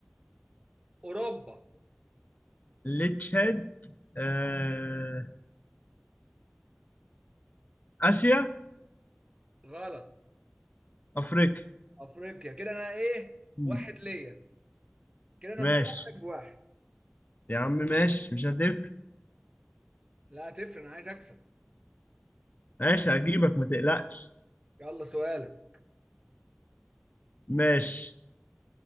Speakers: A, on the right; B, on the left.
A: اوروبا
B: لتشاد آه... آسيا
A: غلط
B: أفريقيا
A: افريقيا كده انا ايه
B: مم.
A: واحد ليا كده انا
B: ماشي
A: فارق عنك بواحد
B: يا عم ماشي مش هتفرق
A: لا هتفرق انا عايز اكسب
B: ماشي هجيبك ما تقلقش
A: يلا سؤالك
B: ماشي